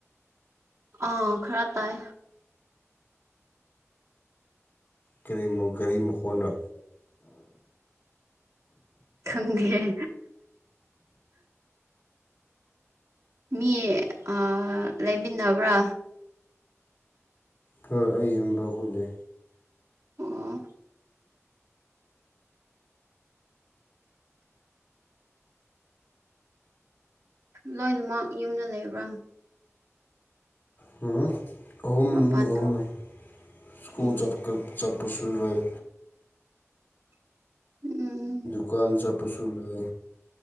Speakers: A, on the right; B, on the left.
A: ꯑꯥ ꯈꯔ ꯇꯥꯏ
B: ꯀꯔꯤ ꯃ ꯀꯔꯤ ꯃꯈꯣꯟꯔ
A: ꯈꯪꯗꯤꯌꯦ ꯃꯤ ꯑꯥ ꯂꯩꯃꯤꯟꯅꯕ꯭ꯔꯥ
B: ꯍꯣꯏ ꯑꯩ ꯌꯨꯝ ꯕꯍꯨꯠꯅꯦ
A: ꯑꯣ ꯂꯣꯏꯅꯃꯛ ꯌꯨꯝꯗ ꯂꯩꯕ꯭ꯔꯥ
B: ꯍꯨꯝ ꯑꯍꯨꯝ
A: ꯃꯄꯥꯟ
B: ꯃꯤ ꯑꯣꯍꯨꯝꯅꯦ
A: ꯊꯣꯛ
B: ꯁ꯭ꯀꯨꯜ
A: ꯎꯝ
B: ꯆꯠꯀ ꯆꯠꯄꯁꯨ ꯔꯩ
A: ꯎꯝ
B: ꯗꯨꯀꯥꯟ ꯆꯠꯄꯁꯨ ꯂꯩ